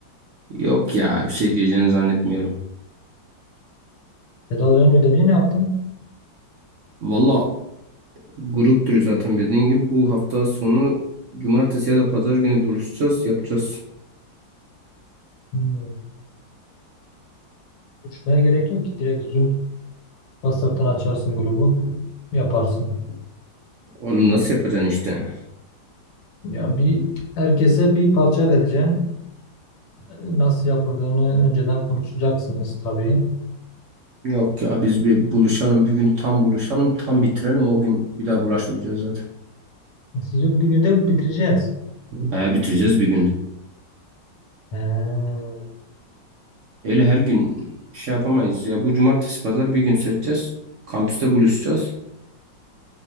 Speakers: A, on the right; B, on the left.
A: Yok ya bir şey diyeceğini zannetmiyorum.
B: Tedavilerin ödevini ne yaptın?
A: Valla Gruptur zaten dediğin gibi. Bu hafta sonu cumartesi ya da pazar günü buluşacağız, yapacağız.
B: Hmm. Uçmaya gerek yok ki. Direkt Zoom WhatsApp'tan açarsın grubu. Yaparsın.
A: Oğlum nasıl yapacaksın işte?
B: Ya bir herkese bir parça vereceksin. nasıl yapıldığını önceden konuşacaksınız tabii.
A: Yok ya biz bir buluşalım bir gün tam buluşalım tam bitirelim o gün bir daha bulaşmayacağız zaten.
B: Sizi günü de bitireceğiz.
A: He bitireceğiz bir günde.
B: He,
A: Öyle her gün şey yapamayız ya. Bu cumartesi pazar bir gün seçeceğiz. Kampüste buluşacağız.